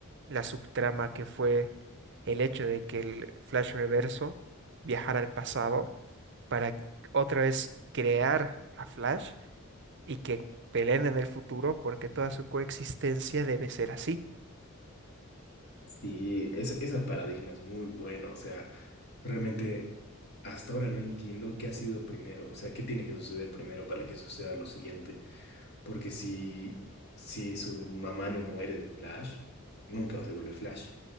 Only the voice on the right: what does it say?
la subtrama que fue el hecho de que el Flash Reverso viajara al pasado para otra vez crear a Flash y que peleen en el futuro porque toda su coexistencia debe ser así.